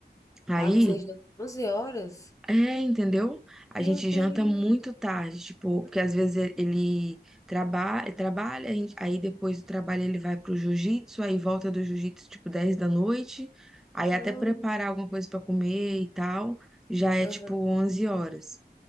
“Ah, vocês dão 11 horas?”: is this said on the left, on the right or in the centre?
Left